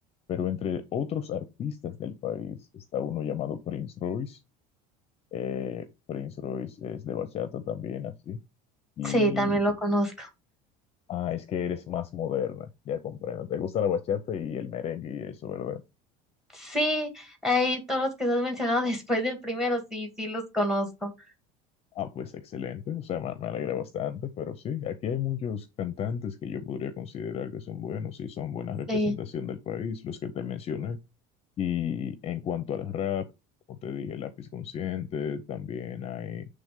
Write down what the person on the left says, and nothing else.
Pero entre otros artistas del país está uno llamado Prince Royce eh, Prince Royce es de bachata también, así. Y,
ah, es que eres más moderna, ya comprendo. Te gusta la bachata y el merengue y eso, ¿verdad?
Ah, pues excelente, o sea, me, me alegra bastante, pero sí, aquí hay muchos cantantes que yo podría considerar que son buenos y son buena representación
del país, los que te mencioné. Y en cuanto al rap, como te dije, Lápiz Consciente, también hay